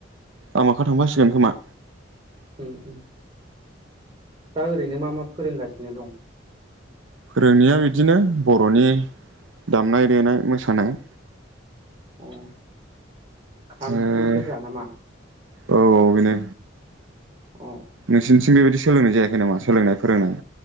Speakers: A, on the right; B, on the right.
A: आमोखा थांफासिगोन खोमा।
B: उम उम दा ओरैनो मा मा फोरोंगासिनो दं?
A: फोरोंनाया बिदिनो बर'नि दामनाय देनाय मोसानाय।
B: उम खाम,
A: ओ
B: सिफुं, सेरजा नामा?
A: औ औ बेनो।
B: अ
A: नोंसोरनिथिं बेबायदि सोलोंनाय जायाखै नामा सोलोंनाय फोरोंनाय?